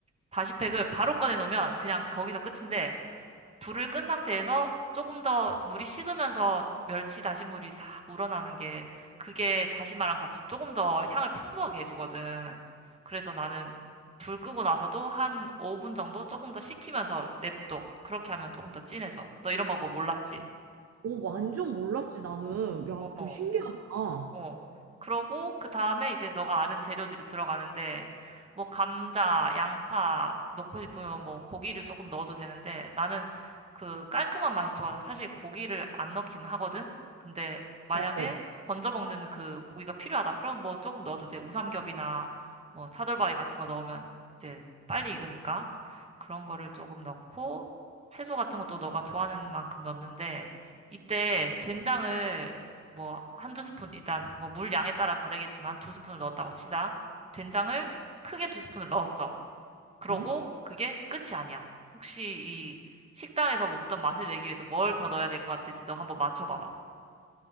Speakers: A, on the right (about 20°); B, on the right (about 55°).
A: 다시팩을 바로 꺼내놓으면 그냥 거기서 끝인데 불을 끈 상태에서 조금 더 물이 식으면서 멸치 다시물이 싹 우러나는 게 그게 다시마랑 같이 조금 더 향을 풍부하게 해주거든. 그래서 나는 불 끄고 나서도 한 5분 정도 조금 더 식히면서 냅둬. 그렇게 하면 조금 더 진해져. 너 이런 방법 몰랐지?
B: 오, 완전 몰랐지, 나는. 야,
A: 어.
B: 그거 신기하다. 어,
A: 어. 그러고 그 다음에 이제 너가 아는 재료들이 들어가는데 뭐 감자, 양파 넣고 싶으면 뭐 고기를 조금 넣어도 되는데 나는 그 깔끔한 맛이 좋아서 사실 고기를 안 넣긴 하거든. 근데 만약에
B: 어,
A: 건져 먹는 그 고기가 필요하다. 그럼 뭐 조금 넣어도 돼. 우삼겹이나 뭐 차돌바위 같은 거 넣으면 이제 빨리 익으니까 그런 거를 조금 넣고 채소 같은 것도 너가 좋아하는 만큼 넣는데 이때 된장을 뭐 한두 스푼 일단 뭐 물 양에 따라 다르겠지만 두 스푼을 넣었다고 치자. 된장을 크게 두 스푼을 넣었어. 그러고
B: 어?
A: 그게 끝이 아니야. 혹시 이 식당에서 먹던 맛을 내기 위해서 뭘 더 넣어야 될 것 같을지 너 한번 맞춰봐봐.